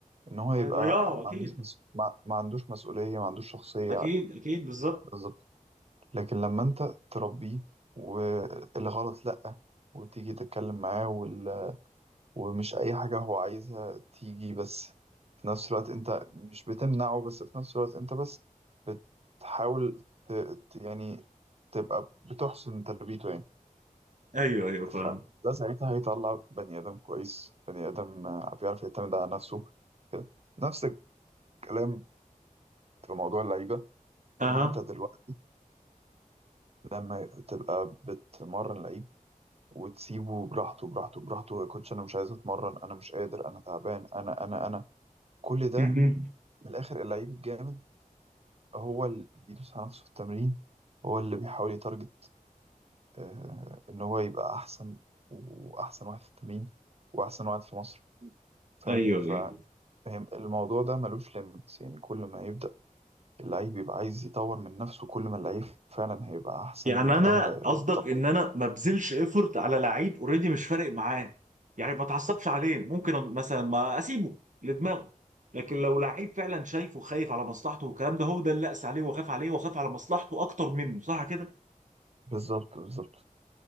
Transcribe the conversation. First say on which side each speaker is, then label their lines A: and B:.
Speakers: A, on the right; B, on the right.
A: إن هو يبقى
B: هيضيعه
A: ما
B: اكيد
A: عندوش مس... ما... ما عندوش مسؤولية ما عندوش شخصية
B: اكيد اكيد بالظبط
A: بالظبط لكن لما أنت تربيه والغلط لأ وتيجي تتكلم معاه وال... ومش أي حاجة هو عايزها تيجي بس في نفس الوقت أنت مش بتمنعه بس في نفس الوقت أنت بس بتحاول ت... ت- يعني تبقى بتحسن تربيته يعني
B: ايوه ايوه فاهم
A: فده ساعتها هيطلع بني آدم كويس بني آدم آه، بيعرف يعتمد على نفسه كده نفس الكلام في موضوع اللعيبة
B: اها
A: إن أنت دلوقتي لما تبقى بتمرن لعيب وتسيبه براحته براحته براحته يا كوتش أنا مش عايز أتمرن أنا مش قادر أنا تعبان أنا أنا أنا كل ده
B: مهم.
A: من الآخر اللعيب الجامد هو اللي بيدوس على نفسه في التمرين هو اللي بيحاول يتارجت آه، إن هو يبقى أحسن وأحسن واحد في التمرين وأحسن واحد في مصر فاهم
B: ايوه ايوه
A: ف- فاهم الموضوع ده ملوش ليميتس يعني كل ما يبدأ اللعيب يبقى عايز يطور من نفسه كل ما اللعيب فعلا هيبقى أحسن
B: يعني
A: وأداؤه
B: انا قصدك
A: هيتطور
B: ان انا ما بذلش ايفورت على لعيب اوريدي مش فارق معاه يعني ما اتعصبش عليه ممكن مثلا ما اسيبه لدماغه لكن لو لعيب فعلا شايفه خايف على مصلحته والكلام ده هو ده اللي اقسى عليه وخاف عليه وخاف على مصلحته اكتر منه صح كده
A: بالظبط بالظبط